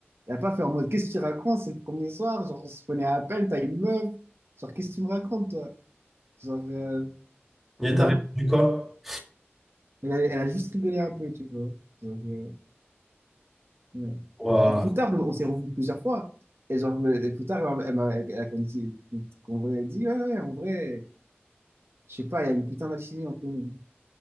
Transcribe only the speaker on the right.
Elle a pas fait en mode, qu'est-ce que tu racontes? C'est le premier soir, genre, on se prenait à peine, t'as une meuf. Genre, qu'est-ce que tu me racontes, toi? Genre, euh,
non.
Elle a, elle a juste rigolé un peu, tu vois. Genre, euh, Oui.
Et plus tard, on, on s'est revus plusieurs fois. Et, genre, euh, et plus tard, elle m'a elle- elle- elle m'a dit, qu'on aurait dit, ouais, ouais, en vrai, je sais pas, il y a une putain d'alchimie entre nous.